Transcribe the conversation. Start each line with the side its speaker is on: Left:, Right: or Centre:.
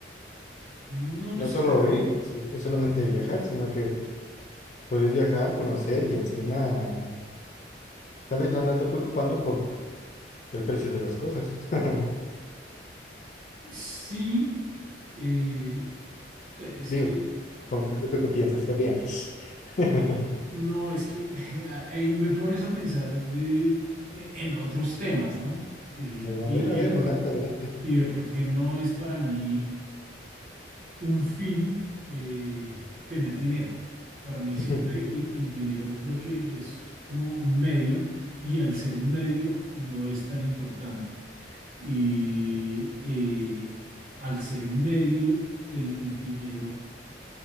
Right: No necesariamente.
Left: No solo ir, sí, no solamente viajar, sino que puedes viajar, conocer y encima, ¿sabes? No andarte preocupando por el precio de las cosas. <laughs>
Right: Sí, eh, pero es
Left: Digo,
Right: que,
Left: ¿con ¿qué, qué, qué piensas? ¿Qué piensas? <laughs>
Right: no, es que <laughs> ahí me pones a pensar de, eh, en otros temas, ¿no? Eh,
Left: A
Right: y,
Left: ver, a ver,
Right: y de por,
Left: adelante, adelante.
Right: y de por qué no es para mí un fin eh, tener dinero. Para mí siempre
Left: <laughs>
Right: el, el dinero creo que es como un medio y al ser un medio no es tan importante. Y eh, al ser un medio, el, el dinero